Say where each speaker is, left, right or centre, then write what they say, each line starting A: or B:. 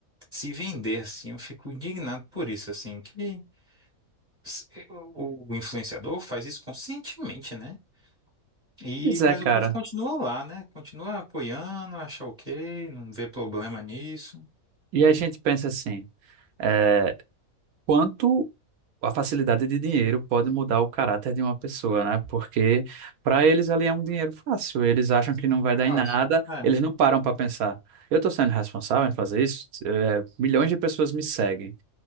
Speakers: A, on the right; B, on the right.
A: Se vender assim, eu fico indignado por isso, assim, que s- eh, o influenciador faz isso conscientemente, né? E,
B: Pois é,
A: mas
B: cara.
A: o povo continua lá, né? Continua apoiando, acha ok, não vê problema nisso.
B: E a gente pensa assim, é, quanto a facilidade de dinheiro pode mudar o caráter de uma pessoa, né? Porque para eles ali é um dinheiro fácil, eles acham que não vai
A: É
B: dar
A: fácil.
B: em nada,
A: É,
B: eles não param para pensar. Eu estou sendo responsável em fazer isso? É, milhões de pessoas me seguem.